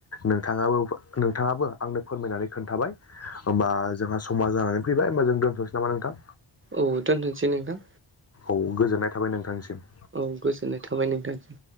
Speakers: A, on the left; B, on the right.
A: नोंथाङाबो नोंथाङाबो आंनो फोरमायनानै खोन्थाबाय होमबा जोंहा समाज जानानै फैबाय होमबा जों दोनथ'सै नामा नोंथां
B: औ दोनथनोसै नोंथां
A: औ गोजोननाय थाबाय नोंथांनिसिम
B: औ गोजोननाय थाबाय नोंथां